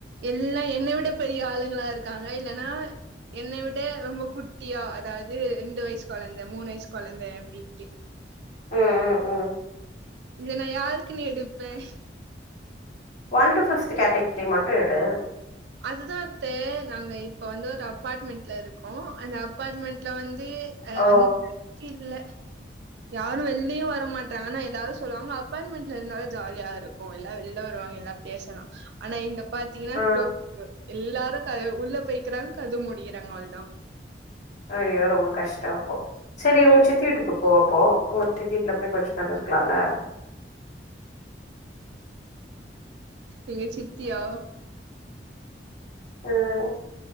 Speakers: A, on the right (about 70°); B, on the left (about 40°).
A: எல்லாம் என்னை விட பெரிய ஆளுங்களா இருக்காங்க இல்லைன்னா என்னை விட ரொம்ப குட்டியா அதாவது ரெண்டு வயசு குழந்தை மூணு வயசு குழந்தை அப்படின்ட்டு
B: ஆஹ் ஆஹ்
A: இ நான் யாருக்கு நீ எடுப்பேன்
B: ஒன் டு பிப்த் கேட்டகரி மட்டும் இடு
A: அதுதான் நாங்க இப்ப வந்து ஒரு அபார்ட்மெண்ட்ல இருக்கோம் அந்த அப்பார்ட்மெண்ட்ல வந்து அது
B: ஓ
A: அந்த <unintelligible> க்கில்ல யாரும் வெள்லியு வர மாட்டாங்கன்னா எல்லாரும் சொல்லுவாங்க அப்பார்ட்மெண்ட்ல இருந்தாலு ஜாலியா இருக்கு எல்லா வெளில வருவாங்க எல்லா பேசலா ஆனா இங்க பாத்தீங்கன்னா
B: ஆ
A: <unintelligible> எல்லாரு க உள்ள போய்க்கிறாங்க கதவ மூடிகிறாங்க அவ்ளதா
B: ஐயோ ரொம்ப கஷ்டோ அப்போ சரி உங்க சித்தி வீட்டுக்கு போ அப்போ உங்க சித்தி வீட்டுல போய் கொஞ்சொ நேரொ இருக்கலாம்ல
A: எங்க சித்தியா
B: உம்